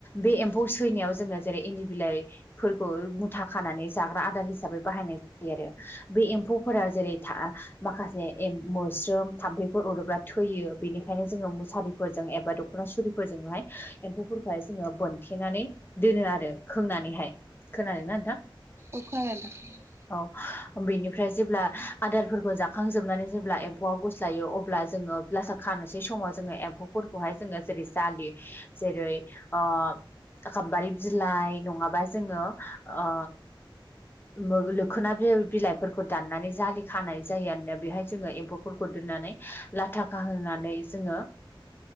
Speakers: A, on the left; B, on the right.
A: बे एम्फौ सैनायाव जोङो जेरै इन्दि बिलाइ फोरखौ मुथा खानानै जाग्रा आदार हिसाबै बाहायनाय जायो आरो ओ बे एम्फौफोरा जेरै था माखासे एम मोस्रोम थाम्फैफोर अरोब्ला थैयो बेनिखायनो जोङो मुसारिफोरजों एबा दख'ना सुरिफोरजोंहाय हो एम्फौफोरखौहाय जोङो बोन थेनानै दोनो आरो खोंनानैहाय खोनादोंना नोंथां
B: औ खोनादों नोंथां
A: औ हो बेनिफ्राय जेब्ला हो आदारफोरखौ जाखांजोबनानै जेब्ला एम्फौआ गुस्लायो अब्ला जोङो लाथा खानोसै समाव जोङो एम्फौफोरखौहाय जोङो जेरै जालि जेरै ओ गाम्बारि बिलाइ नङाबा जोङो ओ मो लोखोना बिल बिलाइफोरखौ दाननानै जालि खानाय जायो आरोना बेहाय जोङो एम्फौफोरखौ दोननानै ओह लाथाखाहोनानै जोङो